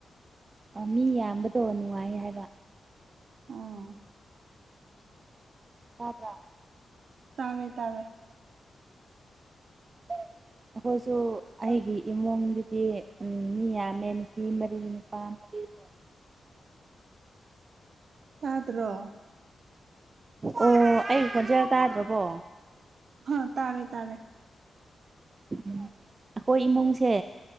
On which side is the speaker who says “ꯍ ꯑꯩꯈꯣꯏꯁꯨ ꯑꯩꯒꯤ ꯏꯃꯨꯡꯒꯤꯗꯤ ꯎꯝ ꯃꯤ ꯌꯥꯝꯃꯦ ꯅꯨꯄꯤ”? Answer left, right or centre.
Right